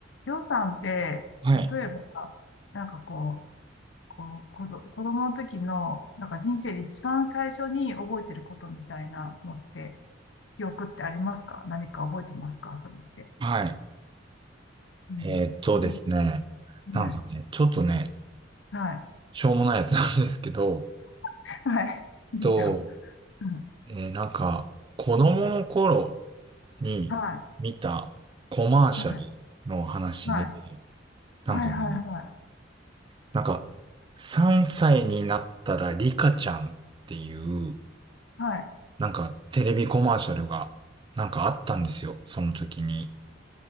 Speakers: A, on the left; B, on the right.
A: りょうさんって、
B: はい。
A: 例えば、なんかこう、こう、子ど、子供の時の、なんか人生で一番最初に覚えてることみたいなのって、記憶ってありますか何か覚えてますかそれって。
B: はい。
A: うん。
B: えーっとですね。
A: なん、
B: なんかね、
A: はい。
B: ちょっとね、
A: はい。
B: しょうもないやつなん <laughs> ですけど、
A: <laughs> はい。いいですよ。
B: と、
A: うん。
B: えーなんか、子供の頃に見たコマーシャルの話で、
A: はい。はい。はい。
B: なんかね、
A: はい。はい。は
B: なんか、3歳になったらリカちゃんっていう、
A: い。はい。
B: なんかテレビコマーシャルが、なんかあったんですよ。その時に。